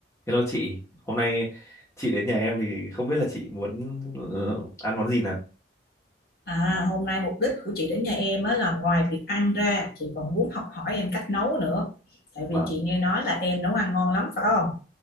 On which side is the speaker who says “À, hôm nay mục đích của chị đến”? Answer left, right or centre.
Left